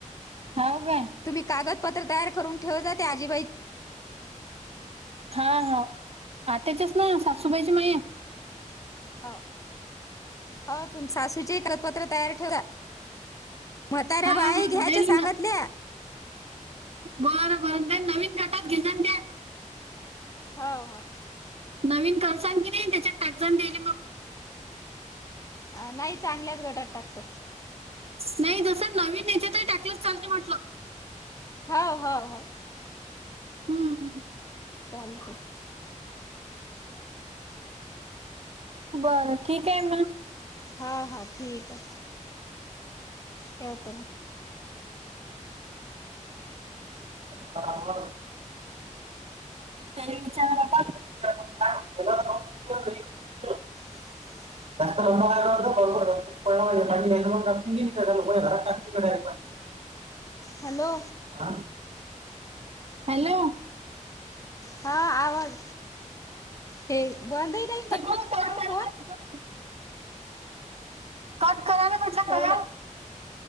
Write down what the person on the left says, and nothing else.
तुम्ही कागदपत्र तयार करून ठेव जा, ते आजीबाई.
हो, हो तुम सासूचे कदपत्र तयार ठेवा. म्हताऱ्या
बाई
घ्यायच्या
सांगतले.
हाव हाव.
अ नाही चांगल्याच गटात टाकतो.
हो हो हो.
चालू हाय.
हा हा ठीक हाय. ठेवतो मग.
<inaudible>
हॅलो.
हा आवाज, हे बंदही नाही
करता येणार
का
फोन?
<unintelligible>